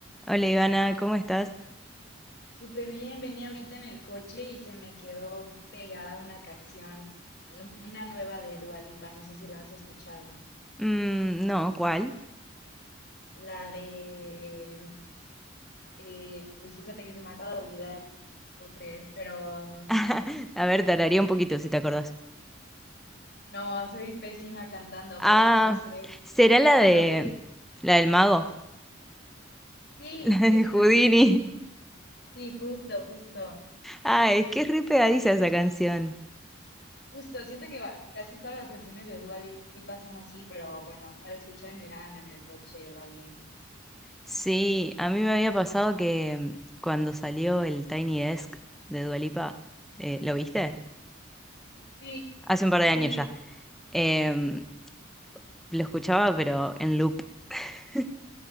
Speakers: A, in the centre; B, on the left (about 55°).
A: Hola Ivana, ¿cómo estás?
B: Súper bien, venía ahorita en el coche y se me quedó pegada una canción, la- una nueva de Dua Lipa, no sé si la has escuchado.
A: Mm, no, ¿cuál?
B: La de... eh, uy, fíjate que se me acaba de olvidar, no puedo creer, pero
A: <laughs> A ver, tardaría un poquito si te acordás.
B: no, soy pésima cantando,
A: Ah,
B: pero no sé.
A: será la
B: Bueno,
A: de
B: ¿te gusta?
A: la del mago,
B: Sí,
A: <laughs> la de
B: esa.
A: Houdini.
B: Sí, justo, justo.
A: Ah, es
B: Sí,
A: que es re pegadiza esa canción.
B: justo. Siento que va- casi todas las canciones de Dua Lipa son así, pero bueno, para escuchar en verano en el coche va bien.
A: Sí, a mí me había pasado que mm, cuando salió el Tiny Desk de Dua Lipa, eh, ¿lo viste?
B: Sí.
A: Hace un par
B: Sí,
A: de años
B: sí,
A: ya. Em, lo escuchaba pero en loop. <laughs>